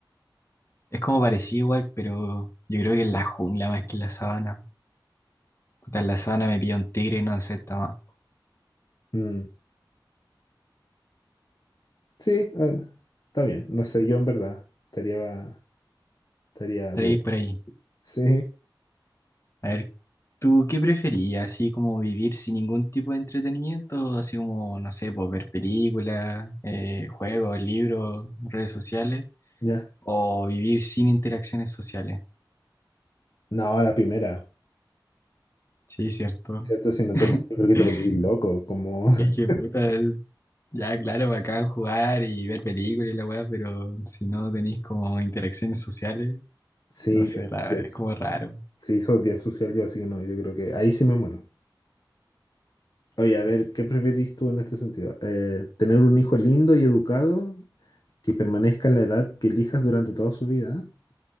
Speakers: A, on the left; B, on the left.
A: Es como parecido igual, pero yo creo que en la jungla más que en la sabana. Puta, en la sabana me pilla un tigre, no sé, está más.
B: Mm, sí, eh, está bien. No sé, yo en verdad estaría, estaría
A: Tres
B: dudoso.
A: por ahí.
B: Sí,
A: A ver, ¿tú qué preferías? ¿Así como vivir sin ningún tipo de entretenimiento? Así como, no sé, pues, ver películas, eh, juegos, libros, redes sociales.
B: <laughs> ya.
A: ¿O vivir sin interacciones sociales?
B: No, la primera,
A: Sí, cierto.
B: ¿cierto? Si no
A: <laughs>
B: te, yo creo que te volví loco, como... <laughs>
A: Es que puta, Ya, claro, bacán jugar y ver películas y la weá, pero si no tenéis como interacciones sociales,
B: Sí,
A: no sé,
B: yo
A: la,
B: creo
A: es
B: que
A: como raro.
B: Sí, soy bien social yo, así que no, yo creo que ahí sí me muero. Oye, a ver, ¿qué preferís tú en este sentido? Eh, ¿tener un hijo lindo y educado que permanezca en la edad que elijas durante toda su vida?